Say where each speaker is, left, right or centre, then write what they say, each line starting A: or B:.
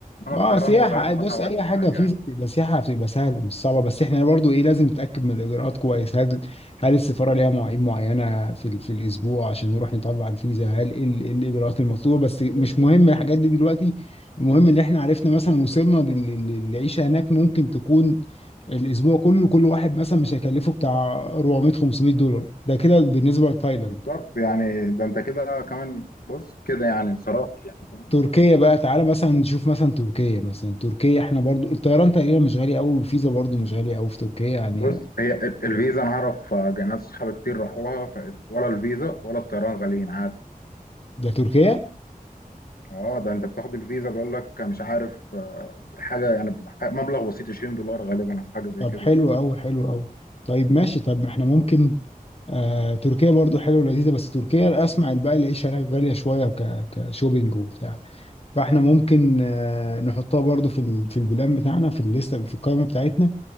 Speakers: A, on the left; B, on the left.
A: انما
B: اه
A: الطيران
B: سياحة
A: هو غالبا
B: اي بص
A: اصعب
B: اي
A: حاجه
B: حاجة في
A: يعني
B: بتبقى سياحة بتبقى سهلة مش صعبة بس احنا برضو ايه لازم نتأكد من الاجراءات كويس هل هل السفارة ليها مواعيد معينة في ال- في الاسبوع عشان نروح نطلع الفيزا هل ايه ال- إيه الاجراءات المطلوبة بس مش مهم الحاجات دي دلوقتي المهم ان احنا عرفنا مثلا وصلنا لل- لل- للعيشة هناك ممكن تكون الاسبوع كله كل واحد مثلا مش هيكلفه بتاع 400 500 دولار ده كده بالنسبة لتايلاند
A: بالظبط يعني ده انت كده كمان بص كده يعني انصرفت يعني فاهم
B: تركيا بقى تعالى مثلا نشوف مثلا تركيا مثلا تركيا احنا برضو الطيران تقريبا مش غالي قوي والفيزا برضو مش غالية قوي في تركيا يعني
A: بص هي ال- الفيزا انا اعرف آه، ناس صحابي كتير راحوها ف- ولا الفيزا ولا الطيران غاليين عادي
B: ده تركيا
A: اه ده انت بتاخد الفيزا بيقول لك مش عارف آه، حاجه يعني ح- مبلغ بسيط 20 دولار غالبا أو حاجه زي
B: طب
A: كده
B: حلو قوي حلو قوي طيب ماشي طب ما احنا ممكن آه تركيا برضو حلوة ولذيذة بس تركيا اسمع بقى العيشة هناك غالية شوية ك كشوبينج وبتاع فاحنا ممكن آه نحطها برضو في ال- في البلان بتاعنا في الليستة في القائمة بتاعتنا